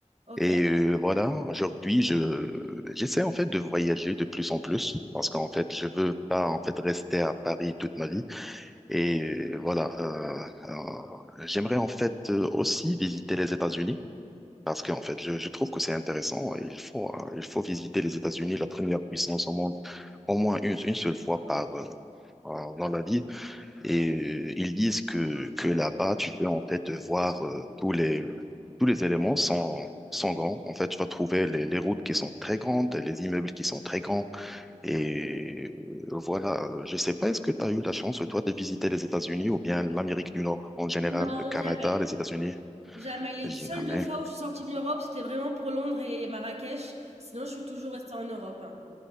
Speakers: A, on the right; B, in the centre.
A: Ok.
B: Et euh, voilà, aujourd'hui, je j'essaie en fait de voyager de plus en plus parce qu'en fait, je veux pas en fait rester à Paris toute ma vie. Et euh, voilà, euh, euh, j'aimerais en fait euh, aussi visiter les États-Unis. Parce qu'en fait, je, je trouve que c'est intéressant. Il faut, euh, il faut visiter les États-Unis, la première puissance au monde, au moins une, une seule fois par, euh, euh, dans la vie. Et euh, ils disent que, que là-bas, tu peux en fait voir euh, tous les, euh, tous les éléments sans, sans grands. En fait, tu vas trouver les, les routes qui sont très grandes, les immeubles qui sont très grands. Et euh, voilà, Euh, je sais pas, est-ce que tu as eu la chance, toi, de visiter les États-Unis ou bien l'Amérique du Nord en général,
A: Non,
B: le Canada,
A: jamais.
B: les États-Unis?
A: Jamais. Les
B: Jamais.
A: seules deux fois où je suis sortie de l'Europe, c'était vraiment pour Londres et Marrakech. Sinon, je suis toujours restée en Europe. hein.